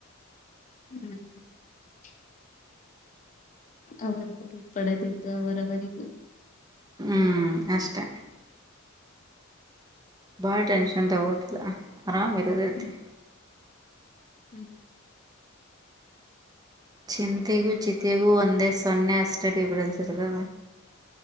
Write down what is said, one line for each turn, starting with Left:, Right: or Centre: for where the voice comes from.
Left: <unintelligible> ಅವರವರು ಪಡೆದಿದ್ದು ಅವರವರಿಗ
Right: ಹ್ಮ್ ಅಷ್ಟೇ ಬಾಳ ಟೆನ್ಷನ್ ತಗೋದಲ್ಲ ಆರಾಮ್ ಇರೊದತಿ
Left: ಹ್ಮ್ ಹ್ಮ್
Right: ಚಿಂತೆಗೂ ಚಿಂತೆಗೂ ಒಂದೇ ಸೊನ್ನೆ ಅಷ್ಟೇ ಡಿಫ್ರನ್ಸ್ ಇರ್ತದ